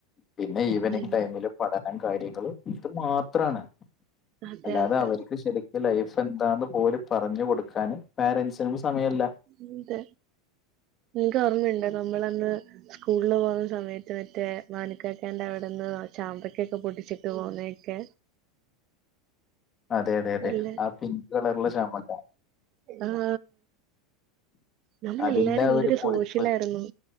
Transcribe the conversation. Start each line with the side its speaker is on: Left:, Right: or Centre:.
Left: പിന്നെ ഈവെനിംഗ്
Right: ഉം
Left: ടൈമില് പഠനം കാര്യങ്ങളും ഇത് മാത്രാണ്
Right: അതെ
Left: അല്ലാതെ
Right: അതെ
Left: അവര്ക്ക് ശരിക്ക് ലൈഫ് ന്താന്ന് പോലും പറഞ്ഞ്കൊടുക്കാന് പോരന്റ്സിനും സമയല്ല.
Right: ഇന്തേ നിനക്ക് ഓർമ്മയുണ്ടൊ നമ്മളന്ന് സ്കൂളില് പോകുന്ന സമയത്ത് മറ്റേ മാനുക്കാക്കാന്റെ അവ്ടെന്ന് ചാമ്പക്കെക്കൊ പൊട്ടിച്ചിട്ട് പോണേക്കെ
Left: അതെ അതെ അതെ
Right: അല്ലേ
Left: ആ പിങ്ക് കളറിലെ ചാമക്ക
Right: ആഹ. നമ്മളെല്ലാരും
Left: അതിന്റെ ആ
Right: എന്തൊരു
Left: ഒരു പൊളിപ്പ്
Right: സോഷ്യലായിരുന്നു.